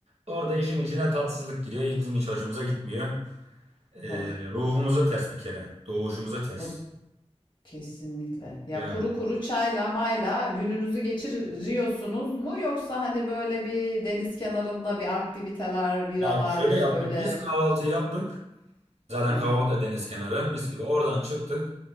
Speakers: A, on the right; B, on the left.
A: orada işin içine tatsızlık giriyor. Bizim hiç hoşumuza gitmiyor. E,
B: Tabii,
A: ruhumuza ters bir kere. Doğuşumuza ters.
B: tabii, kesinlikle. Ya
A: Yani.
B: kuru kuru çayla mayla gününüzü geçiriyorsunuz mu? Yoksa hani böyle bir deniz kenarında bir aktiviteler, biralar
A: Yani şöyle yaptık
B: öyle.
A: biz kahvaltıyı yaptık. Zaten
B: Hı
A: kahvaltı
B: hı.
A: da deniz kenarı mis gibi. Oradan çıktık.